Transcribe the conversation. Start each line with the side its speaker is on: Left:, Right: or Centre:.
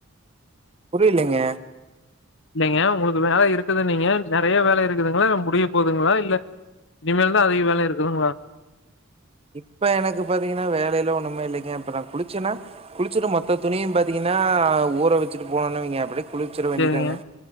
Right: புரிலைங்க
Left: இல்லைங்க உங்களுக்கு வேல இருக்குதுன்னிங்க ந நெறைய வேல இருக்குதுங்ளா முடிய போதுங்ளா இல்ல இனிமேல்தா அதிக வேல இருக்குதுங்ளா
Right: இப்ப எனக்கு பாத்தீங்கன்னா வேல எல்லா ஒன்னுமே இல்லைங்க இப்ப நா குளிச்சேன்னா குளிச்சிட்டு மொத்த துணியு பாத்தீங்கன்னா ஊற வெச்சிட்டு போனோம்னுவெயிங்க அப்டியே குளிச்சிட வேண்டிதாங்க
Left: சேரிங்க.